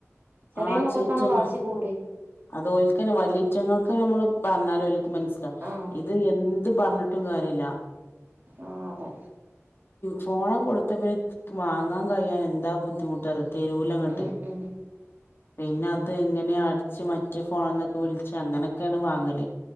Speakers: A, on the right; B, on the left.
A: ചെറിയ
B: ആഹ്
A: മക്കൾക്കാണോ
B: ചേറ്റങ്ങ
A: വാശി കൂടി
B: അത് വലിയോന്റങ്ങൾക്ക് നമ്മള് പറഞ്ഞാലും അവർക്കു മനസ്സിലാവും
A: ആഹ്
B: ട്ടും കാര്യല്ല
A: ആ അതെ
B: ഫോൺ കൊടുത്ത പിന്നെ വാങ്ങാൻ കഴിയാൻ എന്താ ബുദ്ധിമുട്ട് അറിയോ തെരൂലങ്ങട്ട്
A: ഉം ഉം
B: പിന്നെ അത് എങ്ങനെയ ച്ച് മറ്റേ ഫോണന്നൊക്കെ വിളിച്ച് അങ്ങനെയൊക്കെയാണ് വാങ്ങല്